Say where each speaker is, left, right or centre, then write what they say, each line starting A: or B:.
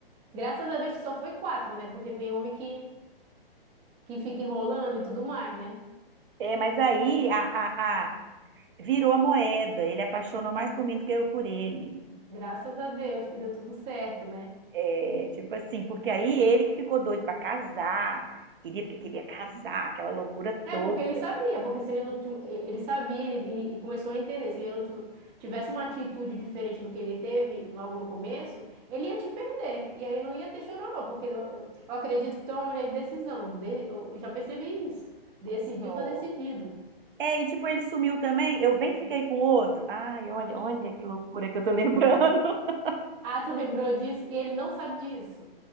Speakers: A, on the right; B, on the right.
A: graças a Deus que só foi quatro, né? Porque tem homem que, que fica enrolando e tudo mais, né?
B: É, mas aí a, a, a- virou a moeda. Ele apaixonou mais por mim do que eu por ele.
A: Graças a Deus que deu tudo certo, né?
B: É, tipo assim, porque aí ele que ficou doido pra casar, queria porque queria casar, aquela loucura
A: É,
B: toda.
A: porque ele sabia, porque se ele não, ti- ele sabia, ele, ele- começou a entender, se ele não ti- tivesse uma atitude diferente do que ele teve logo no começo, ele ia te perder, e aí não ia ter chororô, porque eu, eu, eu acredito que tu é uma mulher de decisão, de- eu eu já percebi isso, decidiu,
B: É Só.
A: tô decidido.
B: É, e tipo, ele sumiu também, eu bem fiquei com o outro. Ai, olha, olha que loucura que eu tô lembrando. <laughs>
A: Ah, tu lembrou disso? E ele não sabe disso.